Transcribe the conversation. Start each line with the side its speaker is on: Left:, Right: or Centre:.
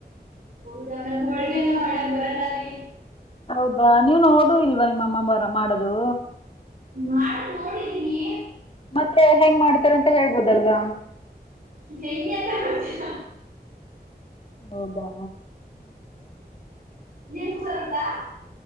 Right: ಹೌದಾ ನಮ್ಗ್ ಹೋಳ್ಗೆನ ಮಾಡಕ್ ಬರಲ್ಲ ರೀ.
Left: ಹೌದಾ ನೀವು ನೋಡ ಇಲ್ವಾ ನಿಮ್ಮಮ್ಮ ಬರ ಮಾಡದು.
Right: ಮಾಡಿ ನೋಡಿದೀನಿ.
Left: ಮತ್ತೆ ಹೆಂಗ್ ಮಾಡ್ತಾರೆ ಅಂತ ಹೇಳ್ಬೋದಲ್ವಾ.
Right: ಹೆಂಗೆ ಅಂತ ಗೊತ್ತಿಲ್ಲ.
Left: ಹೌದಾ.
Right: ನಿಮಗ ಬರುತ್ತಾ.